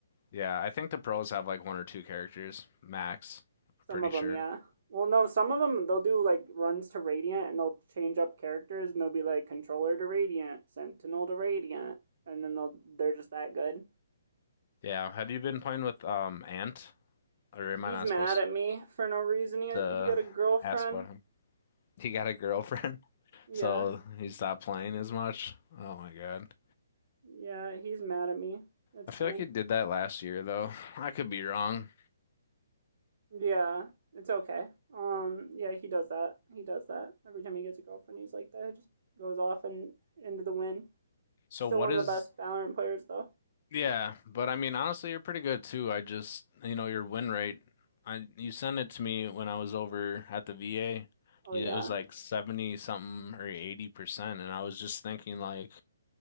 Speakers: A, on the left; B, on the right.
A: Yeah, I think the pros have like one or two characters max.
B: Some
A: Pretty
B: of
A: sure.
B: them, yeah. Well, no, some of them they'll do like runs to Radiant and they'll change up characters and they'll be like controller to Radiant, Sentinel to Radiant, and then they'll they're just that good.
A: Yeah, have you been playing with um Ant? Or am
B: He's
A: I not
B: mad
A: supposed
B: at me for no reason. He
A: to
B: he got a girlfriend.
A: ask about him? <laughs> He got a girlfriend, <laughs>
B: Yeah.
A: so he stopped playing as much. Oh my God.
B: Yeah, he's mad at me. It's
A: I feel
B: fine.
A: like he did that last year though. <laughs> I could be wrong.
B: Yeah, it's okay. Um yeah, he does that. He does that. Every time he gets a girlfriend, he's like that. He just goes off and into the wind.
A: So
B: Still
A: what
B: one
A: is
B: of the best Valorant players though.
A: Yeah, but I mean, honestly, you're pretty good too. I just, you know, your win rate. I you sent it to me when I was over at the VA.
B: Oh
A: It
B: yeah.
A: was like 70 something or 80%, and I was just thinking like,